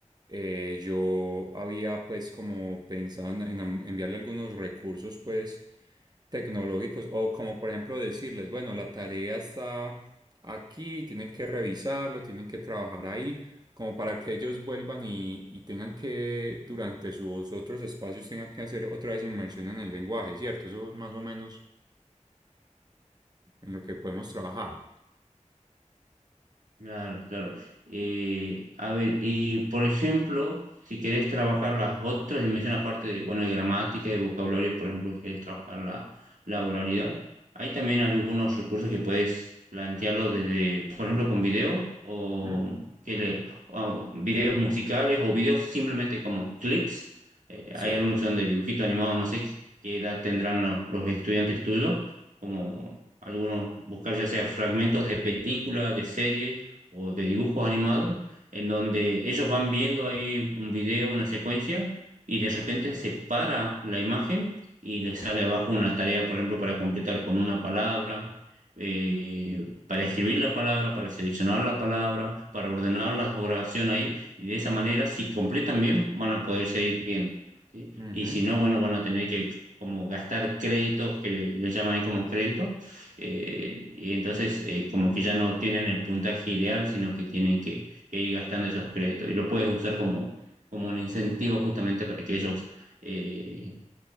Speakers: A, on the right (about 35°); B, on the right (about 80°).
A: eh, yo había pues como pensado en, en am- enviarle algunos recursos pues tecnológicos o como por ejemplo decirles, bueno, la tarea está aquí, tienen que revisarlo, tienen que trabajar ahí, como para que ellos vuelvan y, y tengan que durante sus otros espacios tengan que hacer otra vez inmersión en el lenguaje, ¿cierto? Eso es más o menos en lo que podemos trabajar.
B: Claro, claro. Eh, a ver, y por ejemplo, si querés trabajar las otras dimensiones, aparte de, bueno, de gramática, de vocabulario, por ejemplo, si querés trabajar la, la oralidad, hay también algunos recursos que puedes plantearlo desde, por ejemplo, con videos o,
A: Ujú,
B: que le- o videos musicales o videos simplemente como clips. Eh,
A: Sí.
B: hay algunos que son de dibujito animado, no sé qué edad tendrán los, los estudiantes tuyos, como algunos buscar ya sea fragmentos de películas, de series o de dibujos animados, en donde ellos van viendo ahí un video, una secuencia, y de repente se para la imagen y les sale abajo una tarea, por ejemplo, para completar con una palabra, eh, para escribir la palabra, para seleccionar la palabra, para ordenar la oración ahí, y de esa manera, si completan bien, van a poder seguir viendo, ¿sí?
A: Ujú.
B: Y si no, bueno, van a tener que como gastar créditos, que le llaman ahí como créditos, eh, y entonces eh, como que ya no tienen el puntaje ideal, sino que tienen que, que ir gastando esos créditos y lo puedes usar como, como un incentivo justamente para que ellos eh,